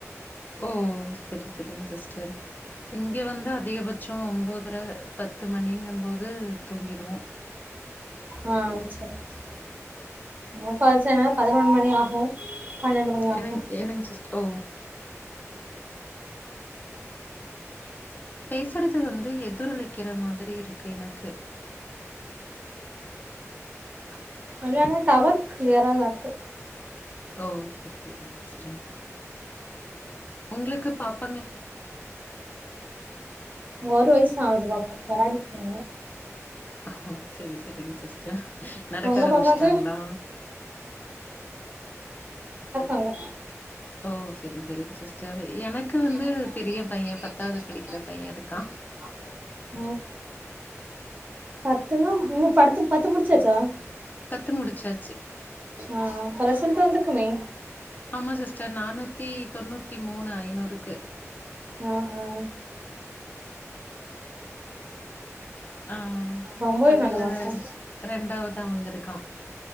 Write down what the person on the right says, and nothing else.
ஆஹ் சேர் மொ பரீட்ச நேரோ பதினோரு மணி ஆகு பன்னெண்டு மணி ஆகு
<unintelligible> டவர் கிளியர் ஆ தா இருக்கு
ஒரு வயசு ஆகுது பாப்பாக்கு வராடி <unintelligible>
உங்க
பாப்பாக்கு அங்க
எனக்குமே
பெரிய பைய
பத்தாவது
படிக்குற
பைய இருக்கா ஓ பத்துன்னா இன்னு படுத்து பத்து முடிச்சாச்சா
ஆ அப்ப ரிசல்ட் வந்திருக்குமே
ஆஹா
ரொம்பவே
நல்ல மார்க்கு தா